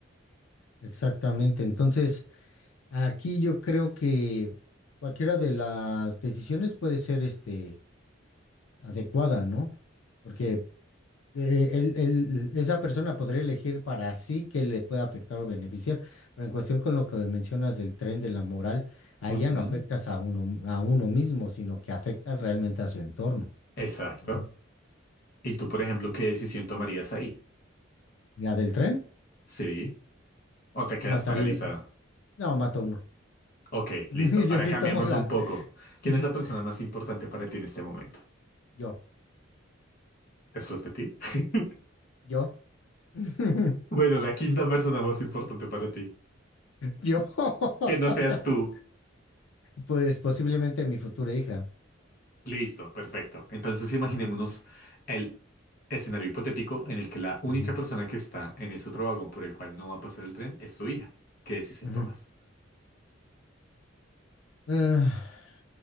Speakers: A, on the left; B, on the left.
A: exactamente. Entonces, aquí yo creo que cualquiera de las decisiones puede ser, este, adecuada, ¿no? Porque eh, él- él- esa persona podría elegir para sí que le pueda afectar o beneficiar, pero en cuestión con lo que mencionas del tren de la moral, ahí
B: Ujú,
A: ya no afectas a uno, a uno mismo, sino que afectas realmente a su entorno,
B: Exacto.
A: ¿no?
B: ¿Y tú, por
A: Entonces,
B: ejemplo, qué decisión tomarías ahí?
A: la del tren
B: Sí. O te quedas
A: mataría,
B: paralizada.
A: no, mata a uno.
B: Ok,
A: <laughs>
B: listo.
A: Yo
B: Ahora
A: sí
B: cambiémoslo
A: tomo la,
B: un poco. ¿Quién es la
A: <laughs>
B: persona más importante para ti en este momento?
A: yo,
B: ¿Después de ti? <laughs>
A: yo, <laughs>
B: Bueno, la quinta persona más importante para ti.
A: yo, <laughs>
B: Que no seas tú.
A: pues posiblemente mi futura hija.
B: Listo, perfecto. Entonces imaginémonos
A: Ujú,
B: el escenario hipotético en el que la única
A: ujú,
B: persona que está en ese otro vagón por el cual no va a pasar el tren es tu hija. ¿Qué decisión
A: ujú.
B: tomas?
A: Ah,